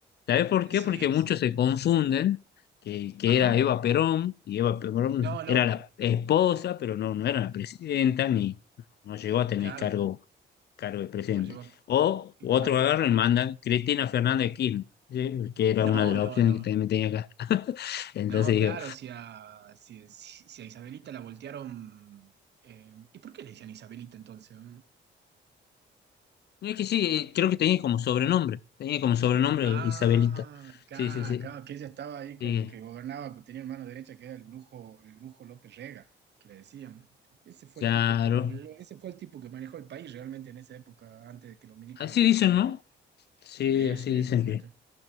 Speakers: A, on the left; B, on the right.
A: ¿Sabes por qué?
B: Sí,
A: Porque muchos
B: sí.
A: se confunden que, que
B: Ajá.
A: era Eva Perón y Eva Perón
B: No, no.
A: era la esposa, pero no, no era la presidenta ni no llegó a tener
B: Claro.
A: cargo cargo de presidente.
B: Nos llegó a-
A: O otro
B: Claro.
A: agarro y mandan Cristina Fernández de Kirchner, ¿sí? que era
B: No,
A: una de las
B: no,
A: opciones
B: no.
A: que también tenía acá. <laughs> Entonces
B: No, claro,
A: digo,
B: si a, si, si- si a Isabelita la voltearon. eh, ¿y por qué le decían Isabelita entonces? eh?
A: no es que sí, creo que tenía como sobrenombre, tenía como sobrenombre
B: Ah,
A: Isabelita.
B: acá,
A: Sí, sí, sí.
B: acá, que ella estaba ahí con
A: Sí,
B: que gobernaba, que tenía el mano derecha, que era el brujo, el brujo López Rega, que le decían. Ese fue
A: claro.
B: el tipo que manejó, ese fue el tipo que manejó el país realmente en esa época, antes de que los milicos
A: Así
B: lo volteen,
A: dicen, ¿no?
B: digamos.
A: Sí,
B: Sí,
A: así
B: sí,
A: dicen
B: totalmente.
A: que,